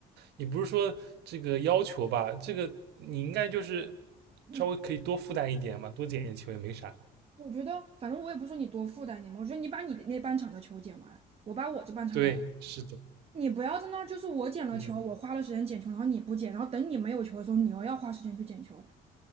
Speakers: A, on the right; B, on the right.
A: 也不是说这个要求吧，这个你应该就是
B: 你，
A: 稍微可以多负担一点嘛，多捡点球也没啥。
B: 我觉得反正我也不说你多负担你嘛，我觉得你把你那半场的球捡完，我把我这半场的。
A: 对，是的。
B: 你不要在那儿，就是我捡了球，
A: 嗯，
B: 我花了时间捡球，然后你不捡，然后等你没有球的时候，你又要花时间去捡球，